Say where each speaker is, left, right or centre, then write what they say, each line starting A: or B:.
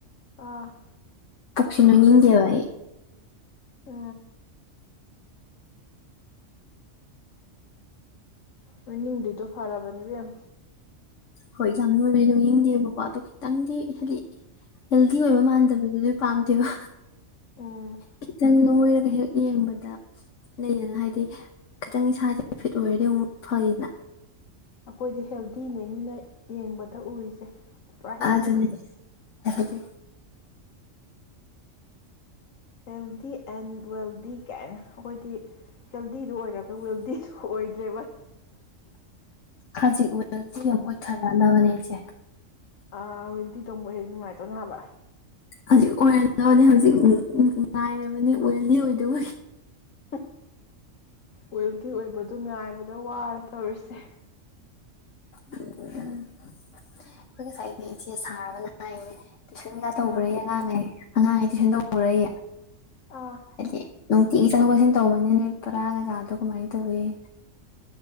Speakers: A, on the left; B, on the left.
A: ꯑ
B: ꯄꯁꯤꯅ ꯃꯤꯖꯦꯋꯥꯏ
A: ꯑ ꯃꯣꯏꯅꯤꯡꯗꯨꯗꯣ ꯐꯔꯕꯅꯦꯕꯦꯝ
B: ꯍꯣꯏ ꯌꯥꯝ ꯅꯣꯏꯔꯦ ꯅꯣꯏ ꯌꯦꯡꯗꯦꯕꯀꯣ ꯑꯗꯣ ꯈꯤꯇꯪꯗꯤ ꯍꯥꯏꯗꯤ ꯍꯦꯜꯗꯤ ꯑꯣꯏꯕ ꯃꯥꯟꯗꯕꯗꯨꯗꯤ ꯄꯥꯝꯗꯦꯕ
A: ꯎꯝ
B: ꯈꯤꯇꯪ ꯅꯣꯏꯔꯒ ꯍꯦꯛ ꯌꯦꯡꯕꯗ ꯂꯩꯗꯅ ꯍꯥꯏꯗꯤ ꯈꯤꯇꯪ ꯏꯁꯥꯁꯦ ꯐꯤꯠ ꯑꯣꯏꯔꯗꯤ ꯑꯃꯨꯛ ꯐꯉꯅ
A: ꯑꯩꯈꯣꯏꯗꯤ ꯍꯦꯜꯗꯤꯅꯦ ꯃꯤꯅ ꯌꯦꯡꯕꯗ ꯎꯔꯤꯁꯦ ꯄꯨꯔꯥ ꯍꯦꯜꯗꯤ
B: ꯑꯗꯨ ꯑꯗꯨꯅꯦ ꯍꯥꯏꯗꯤ
A: ꯍꯦꯜꯦꯜꯗꯤ ꯑꯦꯟ ꯋꯦꯜꯗꯤ ꯀꯦꯟ ꯑꯩꯈꯣꯏꯗꯤ ꯍꯦꯜꯗꯤꯗ ꯑꯣꯏꯔꯒ ꯋꯦꯜꯗꯤꯁꯨ ꯑꯣꯏ ꯖꯕ
B: ꯍꯖꯤ ꯎ ꯍꯦꯜꯗꯤ ꯑꯃ ꯑꯣꯏꯊꯔꯛꯑꯂꯕꯅꯦ ꯆꯦ
A: ꯑꯥ ꯋꯦꯜꯗꯤ ꯇꯣꯝꯕꯨ ꯍꯦ ꯅꯨꯡꯉꯥꯏꯇꯧꯅꯦ ꯍꯥꯏꯕ
B: ꯍꯧꯖꯤꯛ ꯑꯣꯏꯔꯝꯗꯕꯅꯤ ꯍꯧꯖꯤꯛ ꯉꯥꯏꯔꯕꯅꯤ ꯋꯦꯜꯗꯤ ꯑꯣꯏꯗꯕ
A: ꯍ ꯋꯦꯜꯗꯤꯤ ꯑꯣꯏꯕ ꯉꯥꯏꯕꯗ ꯋꯥꯔ ꯇꯧꯔꯤꯁꯦ
B: ꯎꯝ ꯑꯩꯈꯣꯏ ꯉꯁꯥꯏꯅꯦ ꯏꯆꯦ ꯁꯥꯕꯅ ꯍꯥꯏꯅꯦ ꯇꯨꯏꯁꯟꯒ ꯇꯧꯕ꯭ꯔꯦ
A: ꯑꯥ
B: ꯑꯉꯥꯡꯉꯩ ꯑꯉꯥꯡ ꯑꯩ ꯇꯨꯏꯁꯟ ꯇꯧꯔꯏꯌꯦ
A: ꯑꯥ
B: ꯍꯥꯏꯗꯤ ꯅꯨꯡꯇꯤꯒꯤ ꯆꯠꯊꯣꯛ ꯆꯠꯁꯤꯟ ꯇꯧꯕꯅꯤꯅ ꯅꯣꯏ ꯄꯔꯥ ꯀꯩꯀꯥꯗꯣ ꯀꯃꯥꯏꯅ ꯇꯧꯏꯤ